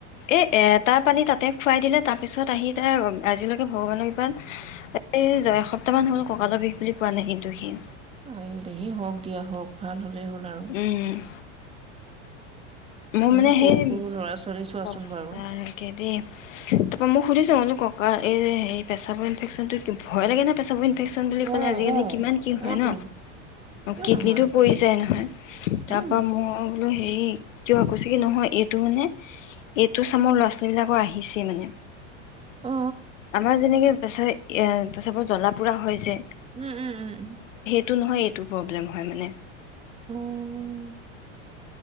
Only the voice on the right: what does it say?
আহ দেহি হওক দিয়া হওক ভাল হলেই হল আৰু।
ইমান
সৰু
সৰু ল'ৰা ছোৱালী চোৱাচোন
বাৰু।
অ',
অ',
অ',
তোন কিয়
নহয়
উম,
অ',
উম উম উম
উম